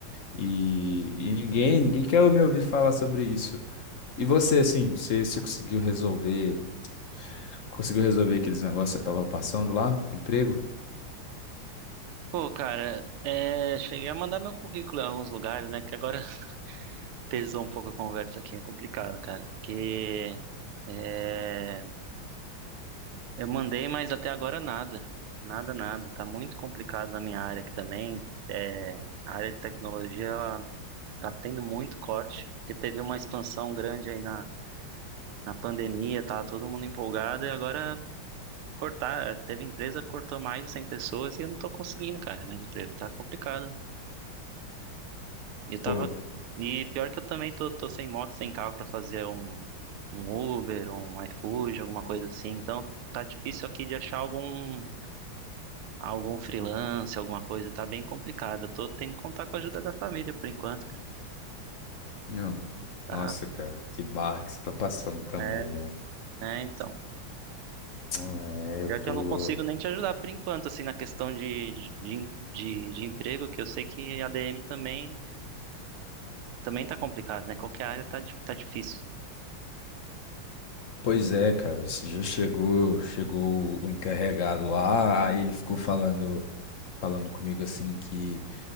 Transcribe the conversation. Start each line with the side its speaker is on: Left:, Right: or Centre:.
Left: E, e ninguém, ninguém quer me ouvir falar sobre isso. E você, assim, você, você conseguiu resolver? Conseguiu resolver aqueles negócios que você tava passando lá? Emprego?
Right: Pô, cara, é, cheguei a mandar meu currículo em alguns lugares, né? Que agora pesou um pouco a conversa aqui, é complicado, cara. Porque é, eu mandei, mas até agora nada. Nada, nada. Tá muito complicado na minha área aqui também. É, a área de tecnologia, ela tá tendo muito corte, porque teve uma expansão grande aí na, na pandemia, tá todo mundo empolgado, e agora cortar, teve empresa que cortou mais de 100 pessoas e eu não tô conseguindo, cara, mais emprego. Tá complicado. Eu tava.
Left: Pô,
Right: E pior que eu também tô, tô sem moto, sem carro pra fazer um, um Uber, um iFood, alguma coisa assim. Então tá difícil aqui de achar algum, algum freelance, alguma coisa. Tá bem complicado. Eu tô tendo que contar com a ajuda da família por enquanto, cara.
Left: não.
Right: Tá?
Left: Nossa, cara, que barra que você tá passando também,
Right: É,
Left: né?
Right: é, então.
Left: Ah, É,
Right: Pior
Left: eu tô.
Right: que eu não consigo nem te ajudar por enquanto, assim, na questão de, de, de, de emprego, que eu sei que ADM também, também tá complicado, né? Qualquer área tá, di- tá difícil.
Left: Pois é, cara, esse dia chegou, chegou o encarregado lá, aí ele ficou falando, falando comigo assim que,